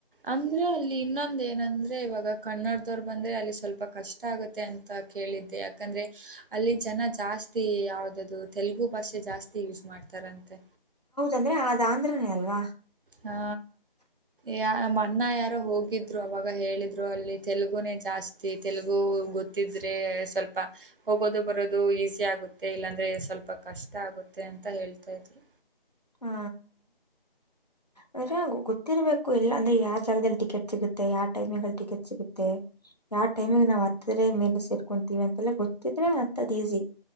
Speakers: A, on the right (about 65°); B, on the left (about 45°).
A: ಅಂದ್ರೆ ಅಲ್ಲಿ ಇನ್ನೊಂದ ಏನಂದ್ರೆ ಇವಾಗ ಕನ್ನಡದವ್ರು ಬಂದ್ರೆ ಅಲ್ಲಿ ಸ್ವಲ್ಪ ತುಂಬ ಕಷ್ಟ ಆಗುತ್ತೆ ಅಂತ ಕೇಳಿದ್ದೆ ಯಾಂದ್ರೆ <inaudible> ಅಲ್ಲಿ ಜನ ಜಾಸ್ತಿ ಯಾವ್ದದು ತೆಲುಗು ಭಾಷೆ ಜಾಸ್ತಿ ಯೂಸ್ ಮಾಡ್ತಾರಂತೆ
B: ಅಂದ್ರೆ ಅದು ಆಂದ್ರನೇ ಅಲ್ವಾ.
A: ಹಾ ಯ ನಮ್ಮಣ್ಣ ಯಾರೋ ಹೋಗಿದ್ರು ಅವಾಗ ಹೇಳಿದ್ರು ಅಲ್ಲಿ. ತೆಲುಗುನೆ ಜಾಸ್ತಿ ತೆಲುಗು ಗೊತ್ತ- ತಿದ್ರೆ. ಸ್ವಲ್ಪ ಹೋಗೋದು ಬರೋದು ಈಸಿ ಆಗುತ್ತೆ ಇಲ್ಲಂದ್ರೆ ಸ್ವಲ್ಪ ಕಷ್ಟ. ಆಗುತ್ತೆ ಅಂತ ಹೇಳ್ತಾ ಇದ್ವಿ.
B: ಹ್ಮ. ಅಂದ್ರೆ ಗೊತ್ತಿರ್ಬೇಕು ಎಲ್ಲ ಅಂದ್ರೆ ಯಾರ್ ಜಾಗದಲ್ಲಿ ಟಿಕೆಟ್ ಸಿಗುತ್ತೆ ಯಾರ್ ಟೈಮಿಗ ಅಲ್ಲಿ ಟಿಕೆಟ್ ಸಿಗುತ್ತೆ ಯಾವ ಟೈಮಿಗೆ ನಾವ್ ಹತ್ತದ್ರೆ ಮೇಲೆ ಸೇರ್ಕೊಂತೀವಿ ಅಂತೆಲ್ಲ ಗೊತ್ತಿದ್ರೆ ಹತ್ತದ್ ಈಸಿ.